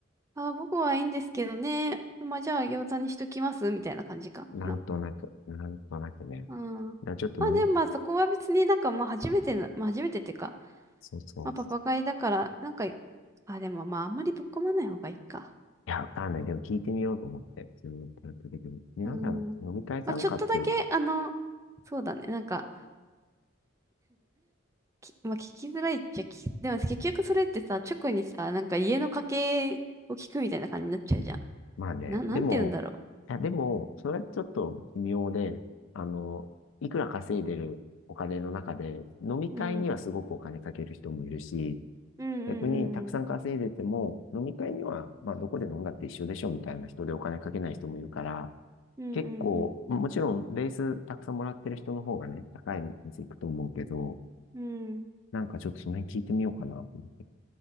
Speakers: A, on the right; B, on the left.
A: あー、僕はいいんですけどね。まあ、じゃあ餃子にしときますみたいな感じかな。
B: なんとなく、なんとなくね。だか
A: あーまあでもまあそこは別になんかまあ初めての、
B: らちょっと飲み、
A: まあ初めてっていうか、
B: そうそう。
A: まあパパ会だから、なんか、あ、でもまああんまりぶっ込まない方がいいか。
B: いや、わかんない。でも聞いてみようと思って、自分のプラット的に。皆さん飲み会参加って
A: うん。まあちょっとだけ、あの、そうだね。なんか、き、まあ、聞きづらいっちゃき、でも結局それってさ、直にさ、なんか家の家計を聞くみたいな感じになっちゃうじゃ
B: まあね、
A: ん。な、なんて言うんだろ
B: でも、いや、でも、それはちょっと微妙で、あの、いくら稼いでるお金の中で、飲み会にはすごくお金かける人もいるし、
A: う。うん。うんうんうんうん。
B: 逆にたくさん稼いでても、飲み会には、まあ、どこで飲んだって一緒でしょみたいな人でお金かけない人もいるから、
A: うんうん
B: 結構、もちろん、ベースたくさんもらってる人の方がね、高い店行くと思うけど、
A: うん。うん。
B: なんかちょっとその辺聞いてみようかなと思って。